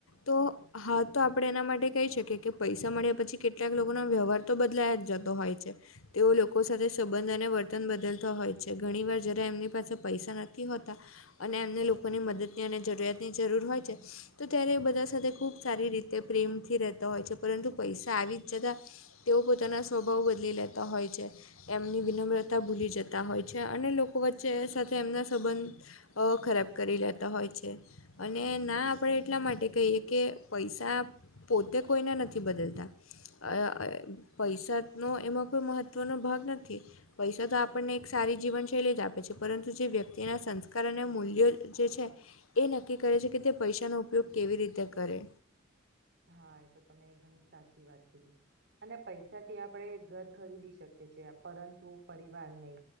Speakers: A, on the left (about 85°); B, on the right (about 60°).
A: તો હા તો આપણે એના માટે કહી શકીએ કે પૈસા મળ્યા પછી કેટલાક લોકોના વ્યવહાર તો બદલાયા જ તો હોય છે તેઓ લોકો સાથે સંબંધ અને વત તન બદલતો હોય છે ઘણી વાર જરા એમની પાસે પૈસા નથી હોતા અને એમને લોકોની મદદની અને જરૂરિયાતની જરૂર હોય છે. તો ત્યારે એ બધા સાથે ખુબ સારી રીતે પ્રેમથી રહેતા હોય છે પરંતુ પૈસા આવી જતા તેઓ પોતાના સ્વભાવ બદલી લેતા હોય છે એમની વિનમ્રતા ભૂલી જ તા હોય છે અને લોકો વચ્ચે સાથે એમના સંબંધ બો ખરાબ કરી લેતા હોય છે અને ના આપણે એટલા માટે કહીએ કે પૈસા પોતે કોઈને નથી બદલતા. આ પૈસાનો એમાં કોઈ મહત્વનો ભાગ પૈસા તો આપણને એક સારી જીવનૈ જ આપે છે પરંતુ જે વ્યક્તિના સંકાર કાર અને મૂલ્યો જે એ નક્કી છે કે તે પૈસાનો ઉપયોગ કેવી રીતે કરે.
B: હા એ તો તમે ઘણી સાચી વાત કીધી. અને પૈસાથી આપણે ઘર ખરીદી શકીએ પરંતુ નહી.